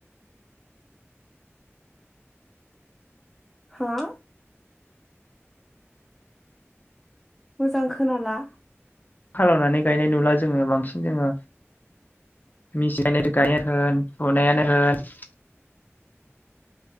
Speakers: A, in the centre; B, on the left.
A: हा? मोजां खोनाला।
B: हालौनानै गायनाय नुला जोङो बांसिन जोङो मेसि गाय गायानो होन हुनायानो होन